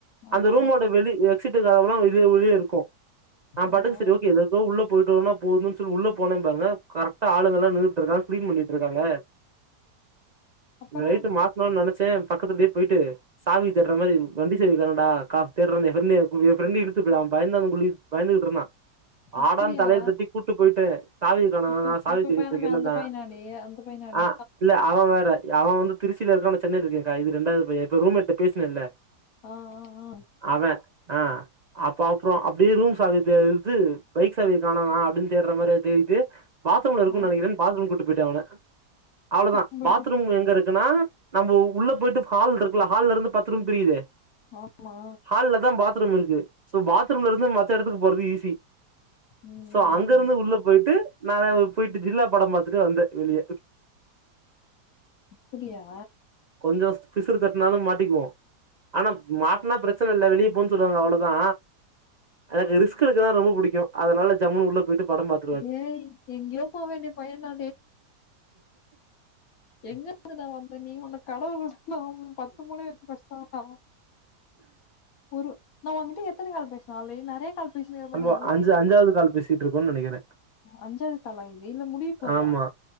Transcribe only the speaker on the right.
அந்த ரூமோட வெளி எக்சிட்டுக்காரல்லா இதே வெளிப் இருக்கு நா
பாட்டுக்கு செரி ஓகே ரூம் உள்ள போயிட்டோனா போது உள்ள போனே பாருங்க கரெக்டா ஆளுங்கள்ள நின்னுட்டு இருக்காங்க கிளீன் பண்ணிட்டு இருக்காங்க
ரைட்டு மாட்டுணோன்னு நெனச்சே பக்கத்துல அப்டியே போயிட்டு சாவி தேட்டுற மாரி வண்டி சாவி தேட்ரண்டா ஏ ஃப்ரெண்ட இழுத்து அவ பயந்தா கொல்லி பயந்துகிட்டு இருந்தா வாடான்னு
தலைய தட்டி கூப்பிட்டு போயிட் டு சாவி காணோ
நா சாவி
தேடிட்டு
இருக்கே என்னத
ஆ இல்ல அவ வேற அவ வந்து திருச்சியில இருக்கா நா சென்னையில இருக்கேக்கா இது ரெண்டாவது பைய இப்ப ரூம் மெட்டு பேசினேல்ல
அவ ஆ அப்ப அப்புறோ அப்டியே ரூம் சாவிய தேது பைக் சாவய காணோ அப்டின்னு தே மாரியே தேடிட்டு பாத்ரூம்ல இருக்கு
நெனைக்கிறன்னு பாத்ரூம் கூட்டி போய்ட்ட அவன அவ்ளோ தா
பாத்ரூம் எங்க இருக்குன்னா நம்ம உள்ள போயிட்டு ஹால் இருக்குல்ல ஹால்ல இருந்து பத்து ரூம் பிரியுதே
ஹால்லதா பாத்ரூம் இருக்கு சோ பாத்ரூம் இருந்து மத்த எடத்துக்கு போறதுக்கு ஈசி
சோ
அங்
உள்ள போயிட்டு நா போயிட்டு ஜில்லா படம் பாத்துட்டு வந்தே வெளிய
கொஞ்சோ பிசுறு தட்னாலு மாட்டிக்குவோ ஆனா மாட்டனா பிரச்சன இல்ல வெளியே போன்னு சொல்லுவாங்க அவ்ளோதா எனக்கு ரிஸ்க் எடுக்கறதுனா ரொம்ப புடிக்கு அதனால ஜமுன்னு உள்ள போயிட்டு படம் பாத்த
நம்ம
அஞ்சு அஞ்சாவது கால் பேசிட்டு இருக்கோன்னனு நெனக்கிறே
ஆமா